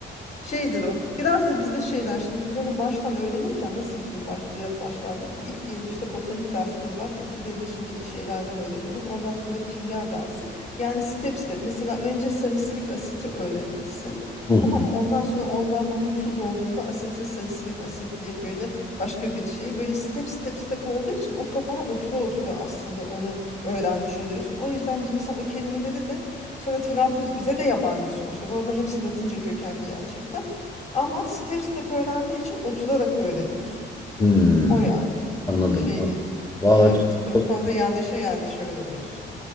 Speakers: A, on the left; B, on the left.
A: Şeydir o. Biraz da bizde şeyden şimdi biz onu baştan öğrenirken nasıl bizim baş, biraz başlar biliyor musun? İlk yıl işte botanik dersleri var. Bitkilerin içindeki şeylerden öğreniyoruz. Ondan sonra kimya dersi. Yani step step. Mesela önce salisilik asiti öğrenirsin.
B: Hı hı.
A: Tamam mı? Ondan sonra ondan onun tuz olduğunda asetil salisilik asit diye böyle başka bir şey. Böyle step step step olduğu için o kafana otura otura aslında onu öğrenmiş oluyorsun. O yüzden biz mesela o kelimeleri de Sonra telaffuz bize de yabancı sonuçta. Bu arada hepsi Latince kökenli gerçekten. Ama step step öğrendiği için oturarak öğreniyorsun.
B: Hmm,
A: O yani.
B: anladım.
A: Şey değil.
B: Vallahi
A: Evet, kafanda
B: çok
A: yerleşe yerleşe öğreniyorsun.